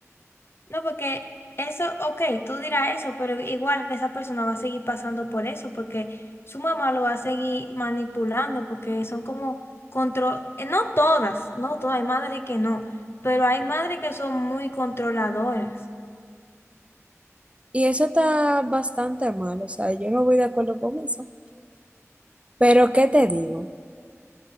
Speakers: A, on the left; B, on the right.
A: No, porque eso, ok, tú dirás eso, pero igual esa persona va a seguir pasando por eso, porque su mamá lo va a seguir manipulando, porque son como control, eh, no todas, no todas, hay madres que no, pero hay madres que son muy controladoras.
B: Y eso está bastante mal, o sea, yo no voy de acuerdo con eso. Pero, ¿qué te digo?